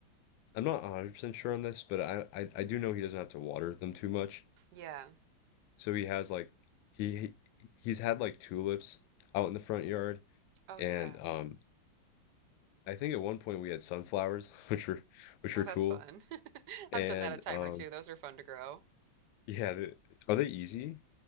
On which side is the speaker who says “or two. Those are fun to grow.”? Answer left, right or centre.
Right